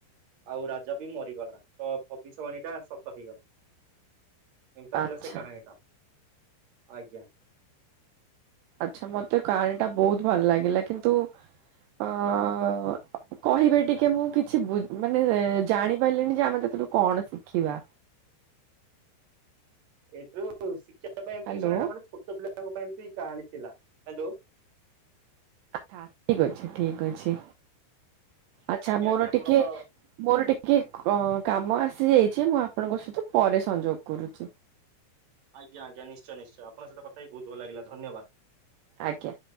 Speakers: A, on the right; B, on the right.
A: ଆଉ ରାଜା ବି ମରିଗଲା ତ ଭବିଷ୍ୟବାଣୀ ଟା ସତ ହେଇଗଲା। ଏନ୍ତା
B: ଆଚ୍ଛା
A: ଥିଲା ସେ କାହାଣୀଟା ଆଜ୍ଞା।
B: ଆଛା ମତେ କାହାଣୀ ଟା ବହୁତ ଭଲ ଲାଗିଲା କିନ୍ତୁ ଅ କହିବେ ଟିକେ ମୁଁ କିଛି ମାନେ ଜାଣିପାରିଲିଣିି ଯେ ଆମେ ସେଥିରୁ କଣ ଶିଖିବା।
A: ଏଥିରୁ ଶିକ୍ଷା ପାଇଁ ଏମିତି
B: ହ୍ୟାଲୋ
A: କିଛି ନାହିଁ ମାନେ ଛୋଟ ପିଲାଙ୍କ ପାଇଁ ଏମିତି କାହାଣୀ ଥିଲା ହ୍ୟାଲୋ।
B: ଠିକ ଅଛି ଠିକ ଅଛି ଆଚ୍ଛା
A: ଆଜ୍ଞା
B: ମୋର
A: ଆଜ୍ଞା ଆପଣଙ୍କ
B: ଟିକେ ମୋର ଟିକେ ଟିକେ ଅ କାମ ଆସିଯାଇଛି ମୁଁ ଆପଣଙ୍କ ସହିତ ପରେ ସଂଯୋଗ କରୁଛି।
A: ଆଜ୍ଞା ଆଜ୍ଞ ନିଶ୍ଚୟ ନିଶ୍ଚୟ ଆପଣଙ୍କ ସହିତ କଥା ହେଇ ବହୁତ ଭଲ ଲାଗିଲା ଧନ୍ୟବାଦ।
B: ଆଜ୍ଞା।